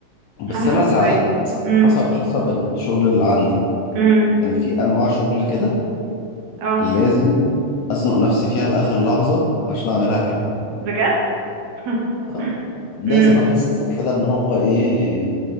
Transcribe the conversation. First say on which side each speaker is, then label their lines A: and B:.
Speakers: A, on the left; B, on the right.
A: بس
B: على حسب
A: انا ساعات
B: ايه امم
A: حسب حسب الشغل اللي عندي
B: امم
A: يعني في انواع شغل كده
B: اه
A: لازم ازنق نفسي فيها لاخر لحظه عشان اعملها حلو
B: بجد <laughs>
A: اه لازم
B: امم
A: احس كده ان هو ايه